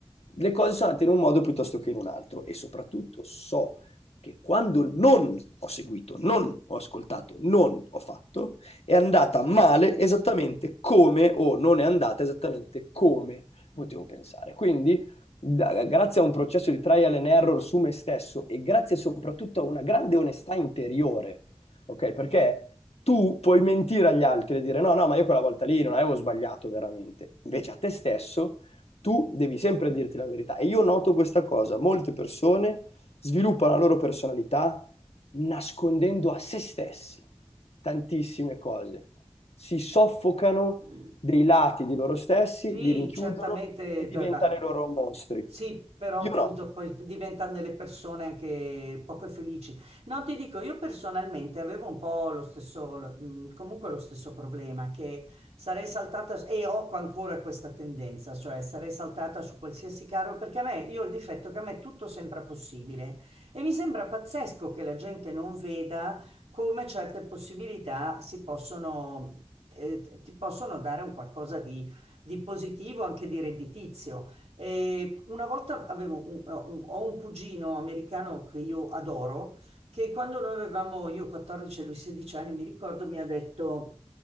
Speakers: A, on the left; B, on the right.
A: le cose sono andate in un modo piuttosto che in un altro e soprattutto so che quando non ho seguito, non ho ascoltato, non ho fatto, è andata male esattamente come o non è andata esattamente come potevo pensare. Quindi, da- grazie a un processo di trial and error su me stesso e grazie soprattutto a una grande onestà interiore, ok? Perché tu puoi mentire agli altri e dire no, no, ma io quella volta lì non avevo sbagliato veramente. Invece a te stesso tu devi sempre dirti la verità. E io noto questa cosa, molte persone sviluppano la loro personalità nascondendo a se stessi tantissime cose, si soffocano
B: Mm.
A: dei lati di loro stessi,
B: Sì,
A: li rinchiudono
B: certamente,
A: e diventano
B: dai, va-
A: i loro mostri.
B: sì, però
A: Io
B: appunto
A: no.
B: poi diventano delle persone anche poco felici. No, ti dico, io personalmente avevo un po' lo stesso, lo- mh, comunque lo stesso problema, che sarei saltata, e ho ancora questa tendenza, cioè sarei saltata su qualsiasi carro, perché a me, io ho il difetto che a me tutto sembra possibile e mi sembra pazzesco che la gente non veda come certe possibilità si possono, eh, ti possono dare un qualcosa di di positivo, anche di redditizio. Eh, una volta avevo un, ho un cugino americano che io adoro, che quando noi avevamo, io 14 e lui 16 anni, mi ricordo, mi ha detto...